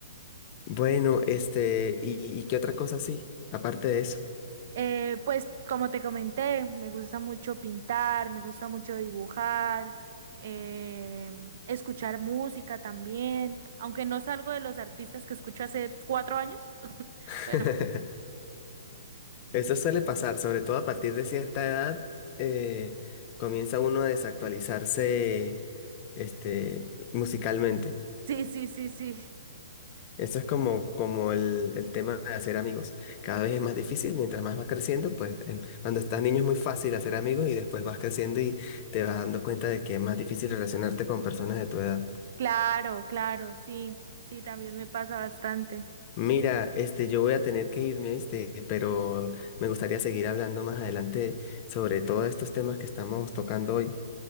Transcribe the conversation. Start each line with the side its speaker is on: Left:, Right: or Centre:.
Left: Bueno, este, ¿y, y qué otra cosa sí? Aparte de eso.
Right: eh, pues como te comenté, me gusta mucho pintar, me gusta mucho dibujar, eh, escuchar música también, aunque no salgo de los artistas que escucho hace cuatro años, <laughs>
Left: <laughs>
Right: pero
Left: Eso suele pasar, sobre todo a partir de cierta edad, eh, comienza uno a desactualizarse, este, musicalmente.
Right: sí, sí, sí, sí,
Left: Esto es como, como el, el tema de hacer amigos. Cada vez es más difícil, mientras más vas creciendo, pues em, cuando estás niño es muy fácil hacer amigos y después vas creciendo y te vas dando cuenta de que es más difícil relacionarte con personas de tu edad.
Right: claro, claro, sí, sí, también me pasa bastante.
Left: Mira, este, yo voy a tener que irme, ¿viste? Pero me gustaría seguir hablando más adelante sobre todos estos temas que estamos tocando hoy.